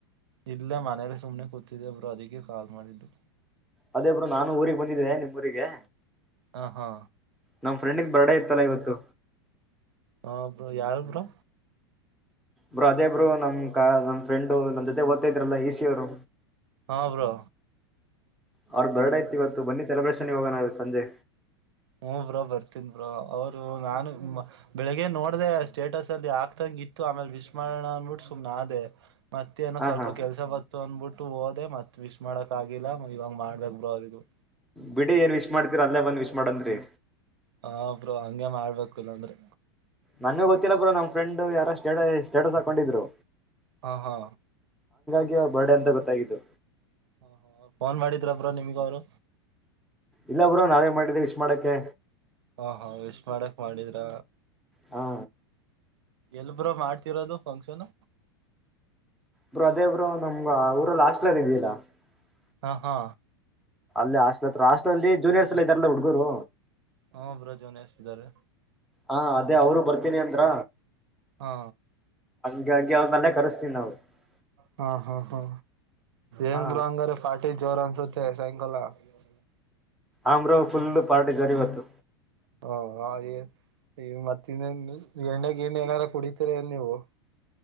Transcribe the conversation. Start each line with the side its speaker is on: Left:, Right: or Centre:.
Right: ಇಲ್ಲೇ ಮನೇಲಿ ಸುಮ್ನೆ ಕೂತಿದ್ದೆ ಒಬ್ರು ಅದಕ್ಕೆ ಕಾಲ್ ಮಾಡಿದ್ದು
Centre: ಅದೇ ಬ್ರೋ ನಾನು ಊರಿಗೆ ಬಂದಿದ್ದೆ ನಿಮ್ ಊರಿಗೆ
Right: ಹಾ ಹಾ
Centre: ನಮ್ ಫ್ರೆಂಡಗ್ ಬರ್ಡ ಇತ್ತಲ್ಲ ಇವತ್ತು
Right: ಹಾ ಬ್ರೋ ಯಾರು ಬ್ರೋ
Centre: ಬ್ರೋ ಅದೇ ಬ್ರೋ ನಮ್ ಕ ನಮ್ ಫ್ರೆಂಡು ನಮ್ ಜೊತೆ ಓದ್ತಾ ಇದ್ರಲ್ಲಾ ಈಸಿ ಅವರು
Right: ಹಾ ಬ್ರೋ
Centre: ಅವ್ರ ಬರ್ತ್ಡೇ ಇತ್ತು ಇವತ್ತು ಬನ್ನಿ ಸೆಲೆಬ್ರೇಷನ್ ಇವಾಗ ನಾವು ಸಂಜೆ
Right: ಹು ಬ್ರೋ ಬರ್ತನಿ ಬ್ರೋ ಅವ್ರು ನಾನು ಬೆಳಿಗ್ಗೆ ನೋಡ್ದ ಸ್ಟೇಟಸ್ ಅಲ್ಲಿ ಆಕ್ತಾಗ ಇತ್ತು ಆಮೇಲೆ ವಿಶ್ ಮಾಡಣ ಅಂದ್ಬಿಟ್ಟು ಸುಮ್ನ ಆದೆ ಮತ್ತ ಏನೋ
Centre: ಹಾ
Right: ಸ್ವಲ್ಪ
Centre: ಹಾ
Right: ಕೆಲಸ ಬತ್ತು ಅಂದಬಿಟ್ಟು ಹಓದೆ ಮತ್ ವಿಶ್ ಮಾಡಕ್ ಆಗಿಲ್ಲ ಇವಾಗ್ ಮಾಡ್ಬೇಕಕ್ ಬ್ರೋ ಅವ್ರ ಹ
Centre: ಬಿಡಿ ಏನ್ ವಿಶ್ ಮಾಡ್ತಿರಿ ಅಲ್ಲೇ ಬಂದ್ ವಿಶ್ ಮಾಡನ್ರಿ
Right: ಹ ಬ್ರೋ ಹಂಗೆ ಮಾಡ್ಬೇಕು ಇಲ್ಲ ಅಂದ್ರೆ
Centre: ನನ್ಗೂ ಗೊತ್ತಿಲ್ಲ ಬ್ರೋ ನಮ್ ಫ್ರೆಂಡ್ <unintelligible> ಸ್ಟೇಟಸ್ ಹಾಕೊಂಡಿದ್ರು
Right: ಹಾ ಹಾ
Centre: ಈವಾಗ ಬರ್ಡೆ ಅಂತ ಗೊತ್ತಾಗಿದ್ದು
Right: ಹಾ ಹ ಫೋನ್ ಮಾಡಿದ್ರ ಬ್ರೋ ನಿಮ್ಗ ಅವರು
Centre: ಇಲ್ಲ ಬ್ರೋ ನಾವೇ ಮಾಡಿದ್ದೆ ವಿಶ ಮಾಡಕ್ಕೆೆ
Right: ಹ ಹಾ ವಿಶ್ ಮಾಡಕ್ ಮಾಡಿದ್ರ
Centre: ಹಾ
Right: ಎಲ್ ಬ್ರೋ ಮಾಡ್ತಿರೋದು ಫಂಕ್ಷನ್
Centre: ಬ್ರೋ ಅದೇ ಬ್ರೋ ನಮ್ಗ ಊರ ಅಲ್ಲಿ ಹಾಸ್ಟೆಲ್ ಇರಲಿಲ್ಲ. <unintelligible>
Right: ಹಾ ಹಾ
Centre: ಹಸ್ಟ್ಲ್ ಹತ್ರ ಹಾಸ್ಟಲ್ ಅಲ್ಲಿ ಜೂನಿಯರ್ಸ್ ಎಲ್ಲ ಇದ್ದಾರಲ್ಲ ಹುಡುಗೂರು
Right: ಹಾ ಬ್ರೋ ಜೋನಸ್ತಿದ್ದಾರೆ
Centre: ಹಾ ಅದೇ ಅವರು ಬರ್ತೀನಿ ಅಂದ್ರ
Right: ಹಾ
Centre: ಹಂಗ ಆಗಿ ಅವರನ್ ಅಲ್ಲೇ ಕರಿಸಿತೀವಿ ನಾವು. <unintelligible>
Right: ಹಾ ಹಾ ಹಾ ಏನ್
Centre: ಹಾ
Right: ಬ್ರೋ ಹಂಗಾರೆ ಪಾಟಿ ಜೋರ್ ಅನ್ಸುತ್ತೆ ಸಾಯಂಕಾಲ. <unintelligible>
Centre: ಆ್ರ ಬ್ರೋ ಫುಲ್ ಪಾರ್ಟಿ ಜೋರ್ ಇವತ್ತು
Right: ಹಾ ಹ ಈ ಮತ್ ಇನ್ನೇನು ಎಣ್ನೆ ಗಿಣ್ಣೆ ಏನಾರ ಕುಡಿತೀರ ಏನ್ ನೀವು.